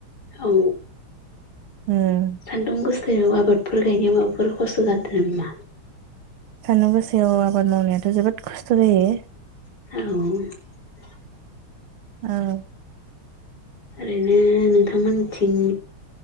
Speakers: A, on the left (about 45°); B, on the right (about 75°).
A: औ
B: उम
A: सान्दुं गोसोआव आबादफोर गायनायाव माबाफोर खस्थ' जादो नामा?
B: सान्दुं गोसोयाव आबाद मावनायाथ' जोबोद खस्थ' जायो।
A: औ
B: औ
A: ओरैनो नोंथांमोनथिं